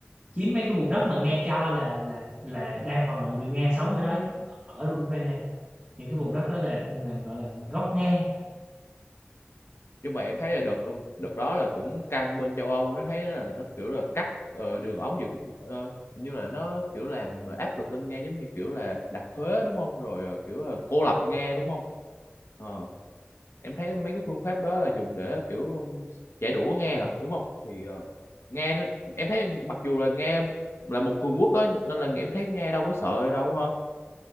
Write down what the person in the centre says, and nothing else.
chiếm mấy cái vùng đất mà Nga cho là là là đa phần là người Nga sống ở đó ở Ukraine những cái vùng đất đó là, là gọi là gốc Nga